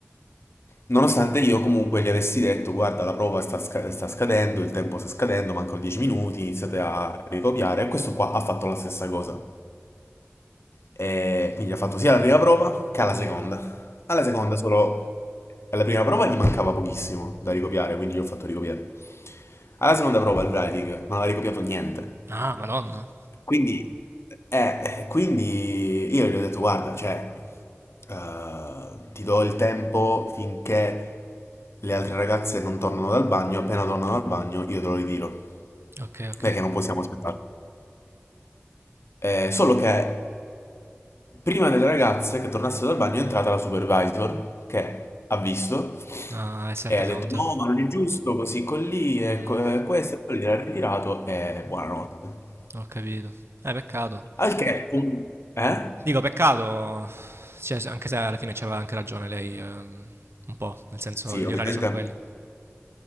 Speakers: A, on the left; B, on the right.
A: Nonostante io comunque gli avessi detto, guarda, la prova sta, sca- sta scadendo, il tempo sta scadendo, mancano 10 minuti, iniziate a ricopiare, e questo qua ha fatto la stessa cosa. E quindi ha fatto sia la prima prova che alla
B: Mm.
A: seconda. Alla seconda solo, alla prima prova gli mancava pochissimo da ricopiare, quindi gli ho fatto ricopiare. Alla seconda prova il writing non aveva ricopiato niente.
B: Ah, madonna.
A: Quindi, eh, eh, quindi io gli ho detto, guarda, cioè, eh, ti do il tempo finché le altre ragazze non tornano dal bagno, appena tornano dal bagno io te lo ritiro,
B: Ok, ok.
A: perché non possiamo aspettare. Eh, solo che prima delle ragazze che tornassero dal bagno è entrata la supervisor che ha visto
B: Ah, e si è
A: e
B: presa
A: ha detto
B: con te.
A: no, ma non è giusto così con lì,
B: Mm,
A: e co- e questo, e poi l'ha ritirato e buonanotte.
B: ho capito. Eh, peccato.
A: Al che, con- eh?
B: Dico, peccato, cioè, se- anche se alla fine c'aveva anche ragione lei, ehm, un po', nel senso,
A: Sì,
B: gli
A: ovviamente.
B: orari sono quelli.